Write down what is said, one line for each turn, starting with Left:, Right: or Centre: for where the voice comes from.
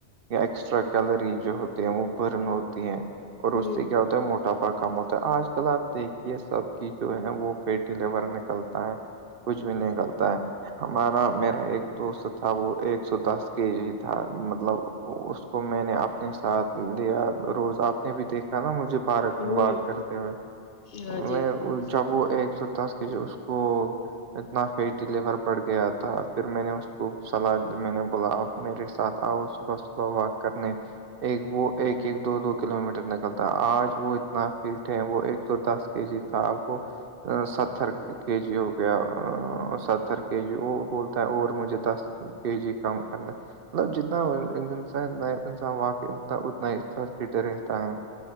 Right: یا ایکسٹرا کیلری جو ہوتی ہیں وہ برن ہوتی ہیں اور
Left: ہوں
Right: اس سے کیا ہوتا ہے موٹاپا کام ہوتا ہے آج کل آپ دیکھ یہ سب کی جو ہے وہ فی ڈلیور نکلتا ہے کچھ بھی نکلتا ہے ہمارا میرا ایک دوست تھا وہ ایک سو دس کے جی تھا مطلب اس کو میں نے اپنے ساتھ لیا روز آپ نے بھی دیکھا نا مجھے پارک
Left: ہوں
Right: میں واک کرتے ہوئے
Left: ہاں
Right: میں
Left: جی
Right: جب وہ ایک سو دس ک اس اس کو اتنا فیٹی لیور بڑھ گیا تھا پھر میں نے اس کو صلاح دی میں نے بولا اب میرے ساتھ آؤ صبح صبح واک کرنے ایک وہ ایک ایک دو دو کلو میٹر نکلتا آج وہ اتنا فیٹ ہے وہ ایک سو دس کے جی تھا اب وہ ستھر کے جی ہو گیا ستھر کے جی وہ بولتا ہے اور مجھے دس کہ جی کام کرنا مطلب جتنا انا انان و اتنا فٹ رہتا ہے